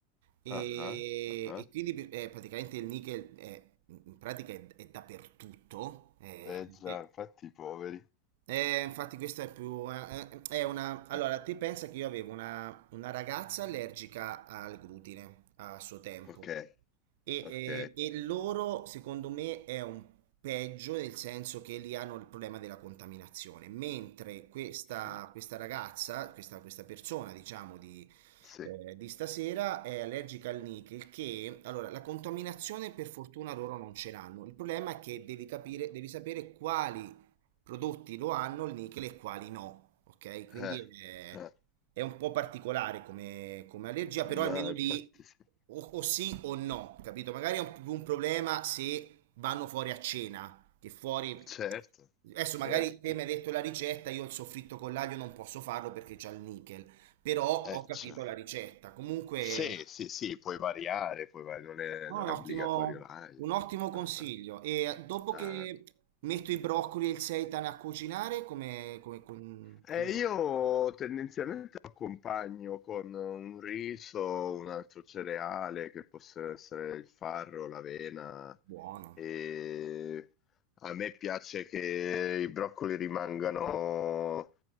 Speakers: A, on the right (about 70°); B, on the left (about 30°).
A: e,
B: ah, ah, ah.
A: e
B: ah.
A: quindi bi- eh, praticamente il nickel è, in pratica è, è dappertutto. è-
B: Eh già,
A: è-
B: infatti i poveri.
A: eh, infatti questa è più... eh, eh, è una... Allora,
B: Mm,
A: te pensa che io avevo una, una ragazza allergica al glutine a suo tempo.
B: Ok,
A: E,
B: ok.
A: eh, e loro, secondo me, è un peggio nel senso che lì hanno il problema della contaminazione, mentre questa,
B: Mm,
A: questa ragazza, questa, questa persona, diciamo, di,
B: Sì.
A: eh, di stasera è allergica al nickel, che allora la contaminazione per fortuna loro non ce l'hanno. Il problema è che devi capire, devi sapere quali prodotti lo hanno il nickel e quali no, ok? Quindi
B: Eh,
A: è,
B: eh,
A: è un po' particolare come, come allergia, però
B: ma
A: almeno
B: infatti
A: lì
B: sì.
A: o, o sì o no, capito? Magari è un, più un problema se vanno fuori a cena, che fuori...
B: Certo,
A: Adesso magari
B: certo.
A: te mi hai detto la ricetta, io il soffritto con l'aglio non posso farlo perché c'ha il nickel, però ho
B: Eh,
A: capito
B: cioè.
A: la ricetta. Comunque...
B: Sì, sì, sì, puoi variare, puoi va- non è,
A: No,
B: non
A: è un ottimo,
B: è obbligatorio live.
A: un ottimo consiglio.
B: Ah, ah.
A: E eh, dopo
B: Ah.
A: che metto i broccoli e il seitan a cucinare, come, come, com-
B: Eh,
A: come va?
B: io tendenzialmente lo accompagno con un riso, un altro cereale che possa essere il farro, l'avena.
A: Buono.
B: E a me piace che i broccoli rimangano